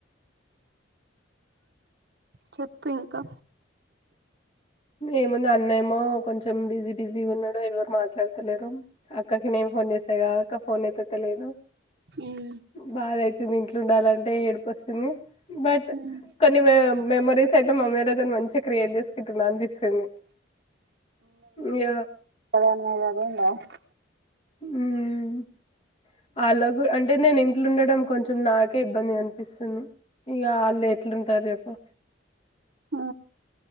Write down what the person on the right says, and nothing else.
చెప్పు ఇంకా
మ్
ఇంగ
ఎవర్నా <unintelligible>
ఆ